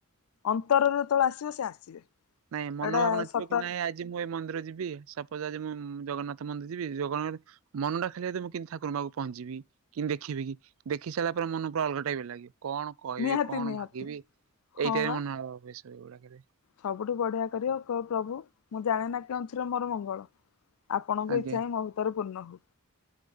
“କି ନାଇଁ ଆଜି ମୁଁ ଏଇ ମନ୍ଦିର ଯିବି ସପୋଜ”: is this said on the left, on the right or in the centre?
Right